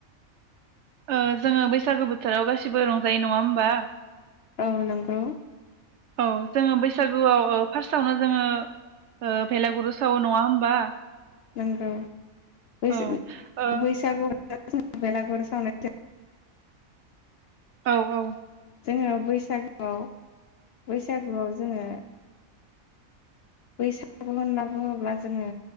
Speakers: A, on the right; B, on the left.
A: ओ जोङो बैसागो बोथोराव गासिबो रंजायो। नङा होमबा?
B: औ नोंगौ।
A: औ जोङो बैसागुआव फार्स्टआवनो जोङो ओ भेलागुरु सावो नङा होमबा?
B: नंगौ बैसो-बैसागु
A: औ ओ
B: <unintelligible>
A: औ औ
B: जोङो बैसागुआव बैसागुआव जोङो बैसागु होनना बुङोब्ला जोङो